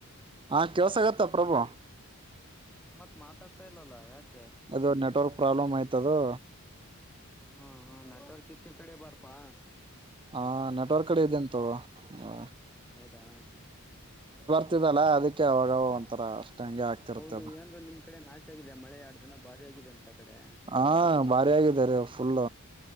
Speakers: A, on the right; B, in the centre.
A: ಹಾ ಕೆಲ್ಸ ಆಗತ್ತ ಪ್ರಭು.
B: ಮತ್ ಮಾತಾಡ್ತಾ ಇಲ್ಲಾ ಯಕೆ.
A: ಅದು ನೆಟ್ವರ್ಕ್ ಪ್ರಾಬ್ಲಮ್ ಆಯ್ತದು.
B: ಹಾ ಹಾ ನಟ್ವರ್ಕ್ ಇಶು ಕಡೆ ಬರ್ಪಾ.
A: ಹಾ ನೆಟ್ವರ್ಕ್ ಕಡೆ ಇದದೆಂತ. ಹಾ.
B: ಹೌದಾ.
A: ಲ್ಲ ಅದಕ್ಕೆ. ಅ ಅವಾಗ ಒಂಥರ ಅಷ್ಟ ಹಂಗೆ ಆಗ್ತಿರುತ್ತೆ
B: ಹೌದು
A: ಅದು
B: ಏನ್ರ ನಿಮ್ ಕಡೆ ನಾಶ ಆಗಿದೆ ಮಳೆ ಎರಡ್ ದಿನ ಭಾರಿ ಆಗಿದೆ ಅಂತ ಕಡೆ
A: ಹಾ ಭಾರಿ ಆಗಿದ ರೀ. ಫುಲ್ಲ.